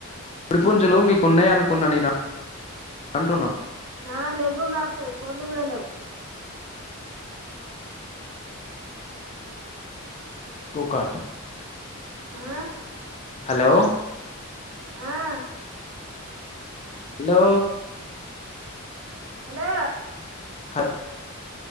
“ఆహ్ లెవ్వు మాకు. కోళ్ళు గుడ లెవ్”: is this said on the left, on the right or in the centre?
Right